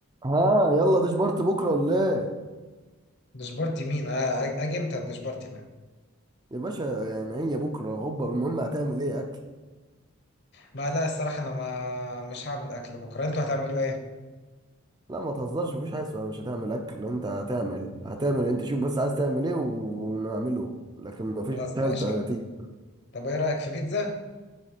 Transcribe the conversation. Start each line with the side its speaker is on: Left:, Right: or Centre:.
Right: ها يلا ديش بارت بكره ولا ايه
Left: دشبارتي مين آه، اجي امتى الدشبارتي ده
Right: يا باشا يعني هي بكره هوبا المهم هتعمل ايه اكل
Left: ما لا الصراحه انا ما مش هعمل اكل بكره انتوا هتعملوا ايه
Right: لا ما تهزرش مفيش حاجه اسمها مش هتعمل اكل انت هتعمل هتعمل انت شوف بس عايز تعمل ايه ونعمله لكن مفيش
Left: خلاص ماشي
Right: حاجه تيجي
Left: طب ايه رايك في بيتزا